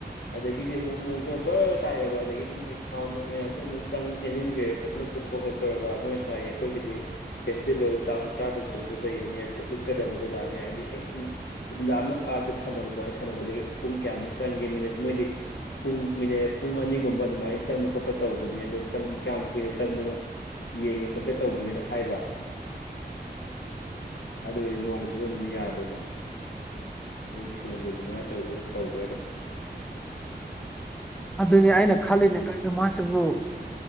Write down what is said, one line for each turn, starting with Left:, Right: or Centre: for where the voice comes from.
Left: ꯑꯗꯒꯤꯗꯤ ꯑꯃꯨꯛ ꯅꯣꯡꯁꯦ ꯑꯃꯨꯛ ꯐꯔ ꯇꯥꯔꯦꯕ ꯑꯗꯒꯤꯗꯤ ꯃꯣꯏ ꯁꯥꯎꯟ ꯣꯡ ꯃꯌꯥꯝꯗꯣ ꯑꯃꯨꯛ ꯆꯪ ꯆꯦꯟꯁꯤꯟꯈ꯭ꯔꯦ ꯐꯖꯅ ꯀꯨꯞꯄ ꯈꯣ ꯇꯧꯔꯒ ꯃꯣꯏꯅꯁꯨ ꯍꯥꯏꯌꯦ ꯑꯩꯈꯣꯏ ꯁꯤꯗꯤ ꯐꯦꯁꯇꯤꯚꯦꯜ ꯇꯥꯡ ꯇꯔꯥꯇꯔꯨꯛꯇꯁꯨ ꯂꯩꯕꯅꯦ ꯑꯗꯨꯗ ꯎꯛꯀꯗꯕꯗ ꯂꯥꯑꯅꯤ ꯍꯥꯏꯗꯤ ꯍꯦꯛ ꯂꯥ ꯑꯃꯛ ꯑꯥꯗ ꯁꯥꯟꯅꯕ ꯑꯗꯨꯃꯥꯏꯅ <unintelligible> ꯄꯨꯡ ꯀꯌꯥꯃꯨꯛ ꯆꯪꯒꯦ ꯃꯤꯅꯤꯠ ꯃꯣꯏꯗꯤ ꯄꯨꯡ ꯃꯤꯅꯤꯠ ꯄꯨꯡ ꯑꯅꯤꯒꯨꯝꯕ ꯑꯗꯨꯃꯥꯏꯅ ꯆꯪꯕ ꯈꯣꯠꯄ ꯇꯧꯕꯅꯤ ꯑꯗꯣ ꯀꯌꯥꯝ ꯀꯨꯏꯅ ꯆꯪꯕꯅꯣ ꯌꯦꯡꯒꯦ ꯈꯣꯠꯀꯦ ꯇꯧꯕꯅꯤꯅ ꯍꯥꯏꯕ ꯑꯗꯨꯒꯗꯤ ꯅꯣꯡꯒꯤ ꯆꯨꯖꯗꯨꯅ ꯌꯥꯗ꯭ꯔꯦꯅ ꯑꯗꯨꯝ ꯊꯨꯅ ꯂꯨ ꯇꯧꯕꯒꯤ ꯇꯧꯈ꯭ꯔꯦ ꯑꯗꯨꯝ
Centre: ꯑꯗꯨꯅꯤ ꯑꯩꯅ ꯈꯜꯂꯤꯅꯦ ꯀꯒꯤꯅꯣ ꯃꯥꯁꯤꯕꯨ